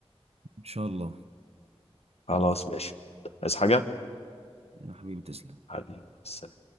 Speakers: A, on the right (about 70°); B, on the left (about 70°).
A: ان شاء الله
B: خلاص
A: يلا
B: ماشي عايز حاجة
A: يا حبيبي تسلم
B: حبيبي السلام